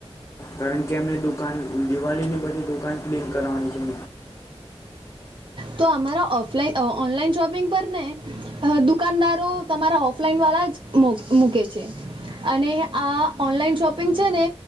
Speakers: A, on the left; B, on the right.
A: કારણ કે એમને દુકાન દિવાળીની પછી દુકાન ક્લીન કરવાની છે.
B: તો અમારા ઓફલાઈન અ ઓનલાઈન શોપિંગ પર ને દુકાનદારો તમારા ઓફલાઈન વાળા જ મૂક મૂકે છે અને આ ઓનલાઈન શોપિંગ છે ને